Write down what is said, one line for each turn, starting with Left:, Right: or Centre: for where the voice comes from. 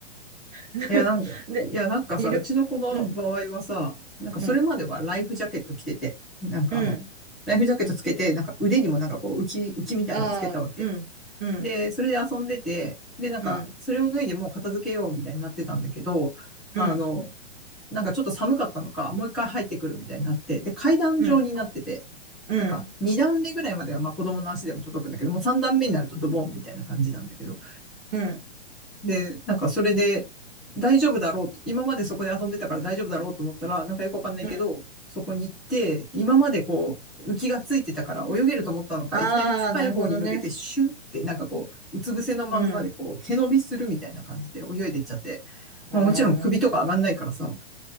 Right: <laughs>
Centre: いや、なんか、
Right: で、
Centre: いや、なんかさ、
Right: いる、
Centre: うちの子の場合はさ、
Right: うん、
Centre: なんかそれまではライフジャケット着てて、
Right: うん、
Centre: なんかあの、
Right: うん。
Centre: ライフジャケットつけて、なんか腕にもなんかこう浮き、浮きみたいのつけたわけ。
Right: ああ、うん、うん、
Centre: で、それで遊んでて、で、なんか、
Right: うん、
Centre: それを脱いでもう片付けようみたいになってたんだけど、
Right: うん、
Centre: あの、なんかちょっと寒かったのか、もう一回入ってくるみたいになって、で、階段状になってて、
Right: うん、うん、
Centre: なんか、二段目ぐらいまでは、まあ子供の足でも届くんだけど、もう三段目になるとドボンみたいな感じなんだけど、
Right: うん、
Centre: で、なんかそれで大丈夫だろうと、今までそこで遊んでたから大丈夫だろうと思ったら、なんかよくわかんないけど、
Right: うん。
Centre: そこに行って、今までこう、浮きがついてたから泳げると思ったのか、
Right: ああ、
Centre: いきなり深い方に向けてシュッって、
Right: なるほどね。
Centre: なんかこう、うつ伏せのまんまでこう、
Right: うん。
Centre: 毛伸びするみたいな感じで泳いでいっちゃって、
Right: ああ、
Centre: まあもちろん首とか上がんないからさ、
Right: なるほど。